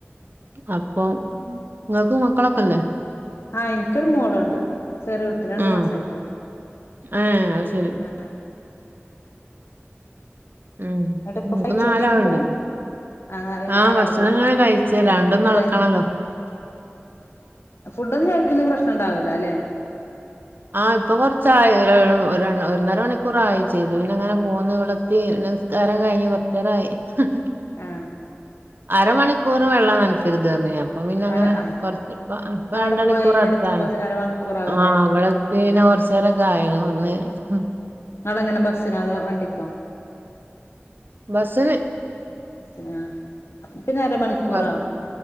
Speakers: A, on the right; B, on the left.
A: അപ്പൊ നിങ്ങക്ക് മക്കളൊക്കെല്ലേ
B: ആ എനിക്കൊരു മോള്ണ്ട് ചെറിയ കുട്ടി രണ്ട്
A: ആ
B: മാസായിട്ടോ
A: ഏ അത് ശരി.
B: മ് മ്
A: ഉം
B: എന്നിട്ട് ഇപ്പൊ
A: ഇൻക്ക്
B: കഴിച്ചോണ്ടിരിക്കാ
A: നാലാള്ണ്ട്
B: ആഹ് ആഹ്
A: ആ ഭക്ഷണങ്ങനെ
B: രാവിലെ
A: കഴിച്ച് രണ്ടും
B: ആഹ് അല്ലെ
A: നടക്കണല്ലോ
B: ഫുഡ് ഒന്നു ആയി ഇപ്പല്യാ പ്രശ്ന ഇണ്ടാവൂലാല്ലെ
A: ആ ഇപ്പ കൊറച്ചായെ യേ ഒര് ണ് ഒന്നര മണിക്കൂറആയിം ചെയ്ത് പിന്നെ ഇങ്ങനെ പോന്ന് ഇവിടെത്തി പിന്നെ നിസ്ക്കാരം കഴിഞ്ഞ് കൊറച്ചെ രായി ഹ് ഹ്
B: ആ
A: അരമണിക്കൂറ് വെള്ളം നനക്കര്തെർ ഞ്ഞിനി അപ്പൊ പിന്നെ
B: അവര്
A: അങ്ങനെ
B: ആഹ്
A: കൊറച്ച് ഇപ്പ
B: അവിടെ
A: രണ്ട മണിക്കൂർ
B: പോയി ഇവിടെ
A: അടുത്തായി
B: എത്തുമ്പോത്തിന് അരമണിക്കൂറാവൂല്ലേ
A: ആഅവടെ- പിന്നെ കുറച്ച നേരൊക്കെ കാര്യമൊക്കെ ഒന്ന്-
B: ങ്ങളെങ്ങനെ ബസ്സിനാത വണ്ടിക്കോ?
A: ബസിന്
B: <unintelligible> പിന്ന അരമണിക്കൂറാകും
A: ബസ്